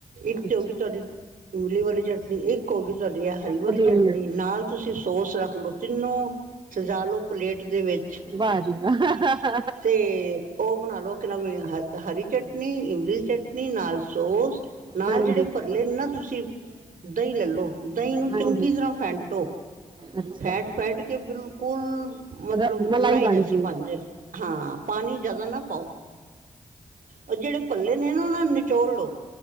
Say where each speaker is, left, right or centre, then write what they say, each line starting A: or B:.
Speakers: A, on the right; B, on the right.
A: ਇੱਕ
B: ਅੱਛਾ
A: ਤੇ ਹੋਗੀ, ਤੁਹਾਡੀ ਮੂਲ਼ੀ ਵਾਲੀ ਚਟਨੀ ਇੱਕ ਹੋਗੀ ਤੁਹਾਡੀ ਹਰੀ ਵਾਲੀ
B: ਪੁਦੀਨੇ
A: ਚਟਨੀ ਨਾਲ ਤੁਸੀਂ ਸੋਸ ਰੱਖ ਲਓ, ਤਿੰਨੋਂ ਸਜਾ ਲਓ ਪਲੇਟ ਦੇ ਵਿੱਚ।
B: ਵਾਹ ਜੀ ਵਾਹ।
A: ਤੇ ਉਹ ਬਣਾ ਲੋ, ਕਿ ਨਾਮ ਅ ਹਰੀ ਚਟਨੀ, ਇਮਲੀ ਚਟਨੀ ਨਾਲ ਸੋਸ ਨਾਲ
B: ਹਾਂਜੀ
A: ਜਿਹੜੇ ਭੱਲੇ ਨਾ, ਤੁਸੀਂ ਦਹੀਂ ਲੈਲੋ ਦਹੀਂ ਨੂੰ
B: ਹਾਂਜੀ
A: ਚੰਗੀ ਤਰ੍ਹਾਂ ਫੈਂਟੋ।
B: ਅੱਛਾ
A: ਫੈਟ -ਫੈਟ ਕੇ ਬਿਲਕੁਲ। ਮਤਲਬ,
B: ਰ
A: ਮਲਾਈ
B: ਭਾਂਜੀ
A: ਜੈਸੀ ਬਣ ਜੇ, ਹਾਂ! ਪਾਣੀ ਜਿਆਦਾ ਨਾ ਪਾਓ। ਉਹ ਜਿਹੜੇ ਭੱਲੇ ਨੇ, ਨਾ ਉਹਨਾਂ ਨੂੰ ਨਿਚੋੜ ਲੋ।